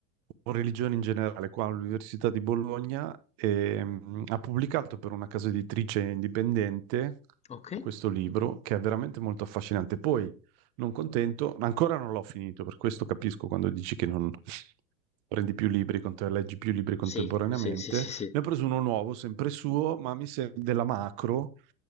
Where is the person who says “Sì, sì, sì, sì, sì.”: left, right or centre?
Left